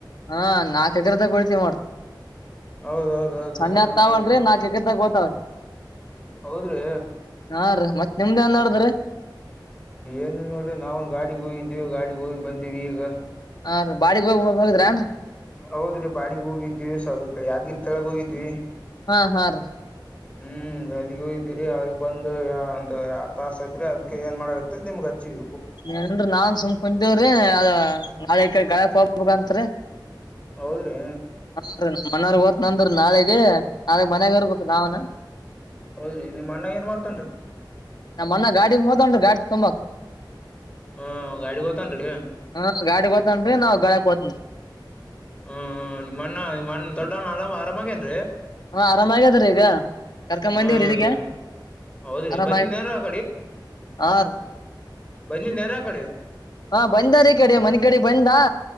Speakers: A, on the left; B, on the left.
A: ಹಾ ನಾಕು ಎಕರೆ ತಾಕ ಹೊಡ್ತಿವಿ ನೋಡ್ರಿ
B: ಹೌದ್ ಹೌದ್ ಹೌದ್ರಿ
A: ಸಣ್ಣ
B: ಹಾ
A: ಎತ್ತು
B: ಹಾ
A: ಆವಲ್ರಿ ನಾಕು ಎಕರೆ ತಾಕ ಹೋತಾವ್ರಿ
B: ಹೌದ್ರಿ
A: ಹಾ ರೀ ಮತ್ ನಿಮ್ದ ಏನ್ ನಡದ್ರಿ
B: ಏನು ನೋಡ್ರಿ ನಾವನ್ ಗಾಡಿಗೆ ಹೋಗಿದ್ದೇವಿ ಗಾಡಿಗಿ ಹೋಗ ಬಂದ್ವಿ ಈಗ
A: ಹಾರಿ ಬಾಡಿಗೆ ಹೋಗಿ ಹೋಗಿದ್ರೇನ್ರಿ
B: ಹೌದ್ರಿ ಬಾಡಿಗೆ ಹೋಗಿದ್ವಿ ಸ್ವಲ್ಪ ಕಡೆ ಯಾದ್ಗಿರ್ ತಳಗ ಹೋಗಿದ್ವಿ
A: ಹಾ ಹಾ ರೀ
B: ಹೂ ಅಲ್ಲಿಗಿ ಹೋಗಿದ್ವಿ ರೀ ಬಂದು ಒಂದು ಯಾಡು ತಾಸು ಆಯಿತು ರೀ ಅದಕ ಎನ್ ಮಾಡಾಕತ್ತಿರಿ ನಿಮಗ ಅಚ್ಚಿವಿ
A: ಏನಿಲ್ಲ ರೀ ನಾವುನು ಸುಮ್ ಕುಂತಿವ್ರಿ ನಾಳಿಗಿ ಈಕಡೆ ಗಳೆಕ ಹೋಗ್ಬೇಕಂತ್ರಿ
B: ಹೌದ್ರಿ
A: ನಮ್ಮ ಅಣ್ಣರು ಹೋಗ್ತಿವಿ ಅಂದ್ರಿ ನಾಳಿಗೆ ನಾಳಿಗಿ ಮನ್ಯಾಗ ಇರಬೇಕ್ರಿ ನಾವುನು
B: ಹೌದ್ರಿ ನಿಮ್ ಅಣ್ಣ ಏನ್ ಮಾಡ್ತನ್ರಿ
A: ನ ಅನ್ನ ಗಾಡಿ ಮದನ್ ಗಾಡಿ ತುಂಬಕ್
B: ಹ್ಮ್ ಗಾಡಿಗ್ ಹೋತನ್ರಿ
A: ಹಾ ಗಾಡಿ ಹತನ್ರಿ ನಾವು ಗಾಳ ಹತೇನ್ರಿ
B: ಹ್ಮ್ ನಿಮ್ಮ ಅಣ್ಣ ನಿಮ್ಮ ಅಣ್ಣ ದೊಡ್ಡ ನಾಳ ಆರಾಮಾಗೇನ್
A: ಹಾ ಆರಾಮಗ್ಯದ್ರೀ ಈಗ ಕರ್ಕಂಬಂದಿರ
B: ಹ್ಮ್
A: ಇದಗ
B: ಹೌದ್ರಿ
A: ಅರ
B: ಬಂದಿದ್ ನೇರ ಆ
A: ಆ
B: ಬನ್ನಿ ನೇರ ಕಡೆ
A: ಹಾ ಬಂದ ರೀ ಕಡೆ ಮನೆ ಕಡೆ ಬಂದ